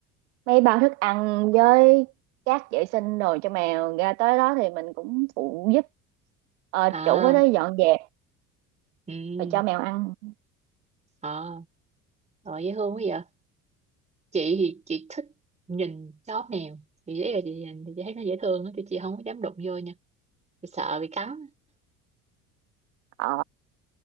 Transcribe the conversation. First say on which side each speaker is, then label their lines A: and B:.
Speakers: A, on the right; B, on the right.
A: mấy bao thức ăn với cát vệ sinh đồ cho mèo ra tới đó thì mình cũng phụ giúp ờ,
B: à
A: chủ ở đó dọn dẹp
B: ừ
A: rồi cho mèo ăn
B: à rồi dễ thương quá vậy chị thì chị thích nhìn chó mèo chị dễ là chị nhìn thì chị thấy nó dễ thương á, thì chị không có dám đụng vô nha chị sợ bị cắn
A: ờ,